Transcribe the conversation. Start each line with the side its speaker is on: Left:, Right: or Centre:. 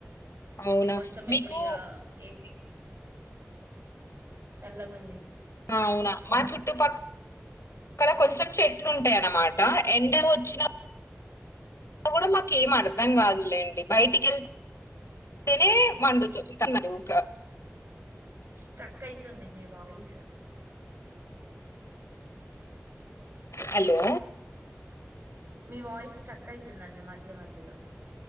Left: అవునా
Right: అంటే కొంచెం
Left: మీకు
Right: ఎప్పుడిగ ఏ చల్లగుంది
Left: అవునా మా చుట్టుపక్కల అక్కడ కొంచెం చె లుంటాయ అన్నమాట ఎండ వచ్చిన కూడా మాకు ఏం అర్థం కాదులేండి బయటికి వెళ్తేనే వండుతుందిలుక
Right: స్ట్రక్ అయితుంది మీ వాయిస్
Left: హలో
Right: మీ వాయిస్ చక్క అవుతుందండి మధ్య మధ్యలో